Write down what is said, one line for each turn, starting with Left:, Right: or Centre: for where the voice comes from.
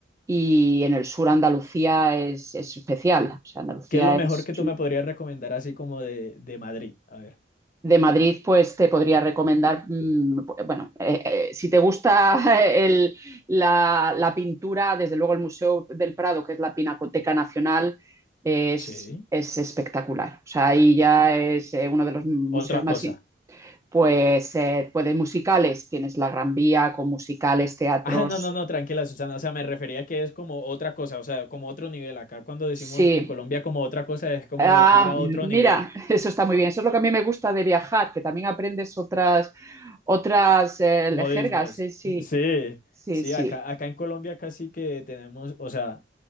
Right: y en el sur Andalucía es, es especial, o sea, Andalucía
Left: ¿Qué es lo mejor
Right: es,
Left: que tú me podrías recomendar así como de, de Madrid? A ver.
Right: de Madrid, pues te podría recomendar, mmm, bueno, eh, eh, si te gusta <laughs> el, la, la, pintura, desde luego el Museo del Prado, que es la Pinacoteca Nacional, es,
Left: Sí.
Right: es espectacular. O sea, ahí ya es eh, uno de los museos
Left: Otra
Right: más...
Left: cosa. <laughs>
Right: Pues, eh, pues de musicales, tienes la Gran Vía con musicales, teatros.
Left: Ah, no, no, no, tranquila, Susana. O sea, me refería que es como otra cosa, o sea, como otro nivel. Acá cuando decimos
Right: Sí,
Left: en Colombia como otra cosa es como
Right: Ah,
Left: ir a otro
Right: mira,
Left: nivel.
Right: <laughs> eso está muy bien. Eso es lo que a mí me gusta de viajar, que también aprendes otras, otras eh,
Left: Modismos.
Right: jergas. Sí, sí.
Left: <laughs> Sí,
Right: Sí,
Left: sí,
Right: sí.
Left: acá, acá en Colombia casi que tenemos, o sea,